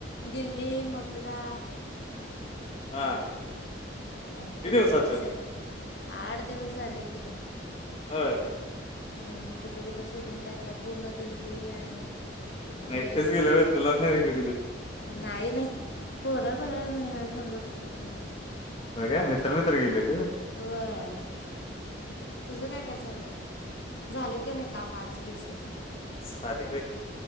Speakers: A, on the left; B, on the left.
A: दिल्ली मथुरा.
B: हा
A: आणि
B: किती
A: कुठं
B: दिवसाचे
A: कुठं सगळं आठ दिवस झाले की.
B: होय.
A: हम कुठ कुठ फिरून काय काय पूर्ण दिल्ली आणि, कुठे
B: एकटेच
A: गेलेले
B: गेले होय तुला नाही घेऊन गेले
A: नाही रे पोरं बाहेर निघाली. <unintelligible>
B: होय काय मित्र मित्र गेलेले होय.
A: व्हय. तुझं काय काय चालय, झालेत कणी काम आजच्या दिवसाची.
B: झाले बाई